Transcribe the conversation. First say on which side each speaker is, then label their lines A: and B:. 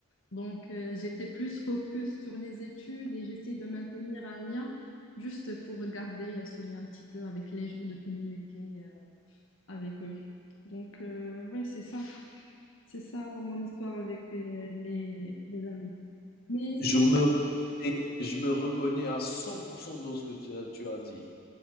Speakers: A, on the left; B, on the left.
A: Donc, euh, j'étais plus focus sur les études et j'essayais de maintenir un lien juste pour garder euh, ce lien un petit peu avec les gens, de communiquer euh, avec eux. Donc, oui, c'est ça. C'est ça mon histoire avec euh, les, les amis. Mais
B: Je
A: c'est
B: me reconnais je me reconnais à 100 dans ce que tu as tu as dit.